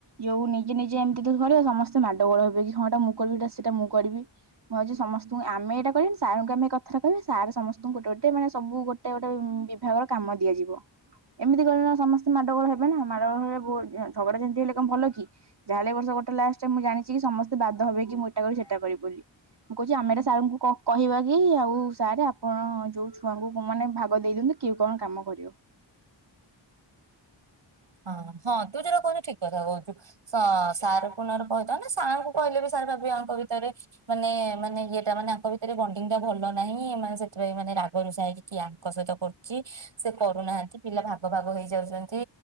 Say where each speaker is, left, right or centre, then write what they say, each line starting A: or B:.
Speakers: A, on the right; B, on the right.
A: ଯୋଉ ନିଜେ ନିଜେ ଏମିତି ଯଦି କରିବ ସମସ୍ତେ ମାଡଗୋଳ ହେବେ କି ହଁ ଏଟା ମୁଁ କରିବି ସେଟା ମୁଁ କରିବି। ମୁଁ ଭାବୁଛି ସମସ୍ତଙ୍କୁ, ଆମେ ଏଇଟା କହିବାନି ସାରଙ୍କୁ ଆମେ ଏ କଥା ଟା କହିବା ସାର ସମସ୍ତଙ୍କୁ ଗୋ ଟେ ମାନେ ସବୁ ଗୋଟେ ଗୋଟେ ଉଁ ବିଭାଗର କାମ ଦିଆଯିବ। ଏମିତି କଲେ ନା ସମସ୍ତେ ମାଡ଼ଗୋଳ ହେବେ ନା ମାଡ଼ଗୋଳ ହେଲେ ବହୁ ଝଗଡା ଝାଟି ହେଲେ କଁ ଭଲ କି, ଯାହା ହେଲେ ଏ ବର୍ଷ ଗୋଟେ ଲାଷ୍ଟ ମୁଁ ଜାଣିଛି କି ସମସ୍ତେ। ବାଦ ହେବେ କି ମୁଁ ଏଟା କରିବି ସେଟା କରିବି ବୋଲି। ମୁଁ କହୁଛି ଆମେ ଏଟା ସାରଙ୍କୁ କ କହିବା କି ଆଉ ସାରେ ଆପଣ ଯୋଉ। ଛୁଆଙ୍କୁ ମାନେ ଭାଗ ଦେଇ ଦିଅନ୍ତୁ, କିଏ କଣ କାମ କରିବ।
B: ହଁ ହଁ ତୁ ଯୋଉଟା କହୁଚୁ ଠିକ୍ କଥା କହୁଚୁ ସା ସାରଙ୍କୁ ନହେଲେ କହିଥାନ୍ତେ, ସାର ଙ୍କୁ କହିଲେ ବି ସାର୍ ଭାବିବେ ଆଙ୍କ ଭିତରେ। ମାନେ ମାନେ ଇଏଟା ମାନେ ଆଙ୍କ ଭିତରେ ବଣ୍ଡିଙ୍ଗ ଟା ଭଲ ନାହିଁ, ଏମାନେ ସେଥିପାଇଁ ମାନେ ରାଗରୁଷା ହେଇକି। କି ଆଙ୍କ ସହିତ କରୁଚି, ସେ କରୁନାହାନ୍ତି ପିଲା ଭାଗ ଭାଗ ହେଇ ଯାଉଚନ୍ତି।